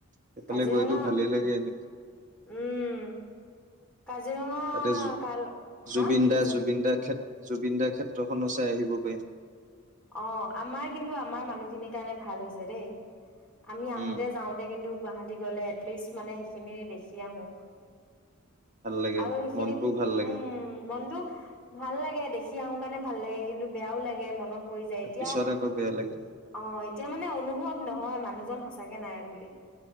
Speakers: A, on the right (about 40°); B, in the centre.
A: সেইফালে
B: কাজিৰঙা
A: গৈতো ভালেই লাগে এনে
B: উম কাজিৰঙা
A: তাতে জু
B: কাল
A: জুবিন
B: হা কি
A: দা
B: কৈছা
A: জুবিন দা ক্ষেত জুবিন দাৰ ক্ষেত্ৰখনো চাই আহিব পাৰিম
B: অ আমাৰ কিন্তু আমাৰ মানুহখিনিৰ কাৰণে ভাল হৈছে দেই আমি আহোতে
A: উম
B: যাওঁতে কিন্তু গুৱাহাটী গ'লে এটলিষ্ট মানে সেইখিনি দেখি আহো
A: ভাল লাগে
B: আৰু সেইখিনি
A: মনটোও ভাল
B: উম
A: লাগে মানে
B: মনটো ভাল লাগে দেখি আহো কাৰণে ভাল লাগে কিন্তু বেয়াও লাগে মনত পৰি যায় এতিয়া
A: পিছত
B: অঁ
A: আকৌ বেয়া লাগে
B: এতিয়া মানে অনুভৱ নহয় মানুহজন সঁচাকে নাই বুলি